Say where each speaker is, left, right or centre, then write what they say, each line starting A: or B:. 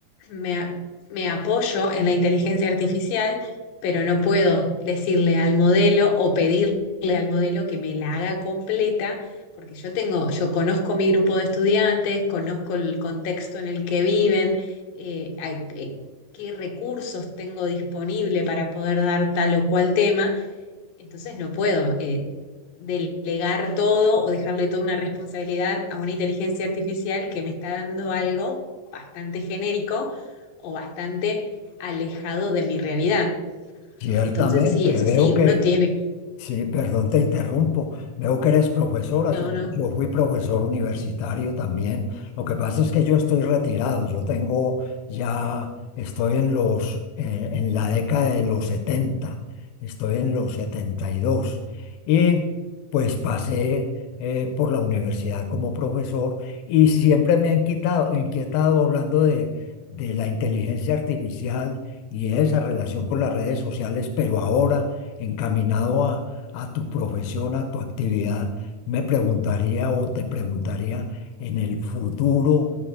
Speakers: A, on the left; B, on the left.
A: me, a- me apoyo en la inteligencia artificial, pero no puedo decirle al modelo o pedirle al modelo que me la haga completa. Porque yo tengo, yo conozco mi grupo de estudiantes, conozco el contexto en el que viven, eh, hay- eh, qué recursos tengo disponible para poder dar tal o cual tema, entonces no puedo eh, delegar todo o dejarle toda una responsabilidad a una inteligencia artificial que me está dando algo bastante genérico o bastante alejado de mi realidad.
B: Ciertamente,
A: Entonces sí, eso
B: veo
A: sí,
B: que
A: uno tiene,
B: Sí, perdón, te interrumpo. Veo que eres profesora.
A: no,
B: Yo,
A: no,
B: yo fui profesor universitario también. Lo que pasa es que yo estoy retirado. Yo tengo ya, estoy en los, eh, en la década de los 70. Estoy en los 72. Y dos. Y pues pasé eh, por la universidad como profesor y siempre me han quitado, inquietado hablando de, de la inteligencia artificial y esa relación con las redes sociales, pero ahora encaminado a a tu profesión, a tu actividad, me preguntaría o te preguntaría, en el futuro,